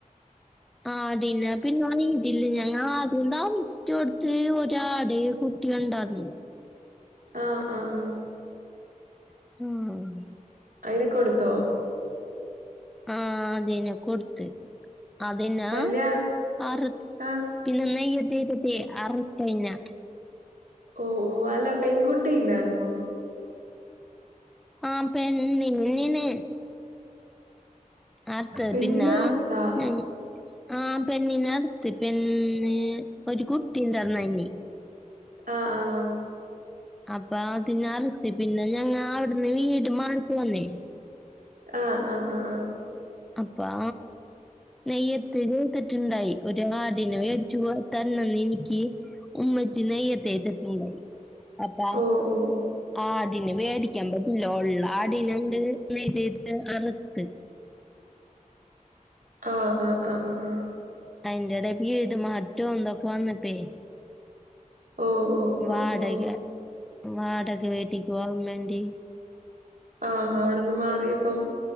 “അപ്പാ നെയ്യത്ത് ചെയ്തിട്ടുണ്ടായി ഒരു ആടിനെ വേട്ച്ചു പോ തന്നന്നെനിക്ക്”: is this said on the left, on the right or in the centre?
Centre